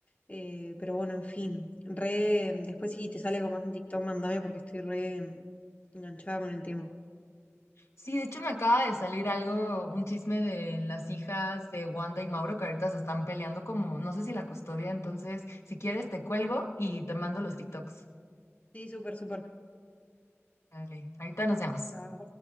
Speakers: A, on the left (about 30°); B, on the left (about 70°).
A: Eh, pero bueno, en fin. Re, después si te sale algo más en TikTok, mandame porque estoy re enganchada con el tema.
B: Sí, de hecho me acaba de salir algo, un chisme de las hijas de Wanda y Mauro que ahorita se están peleando como, no sé si la custodia, entonces si quieres te cuelgo y te mando los TikToks.
A: Sí, súper, súper.
B: Dale, ahorita nos vemos.
A: Chao.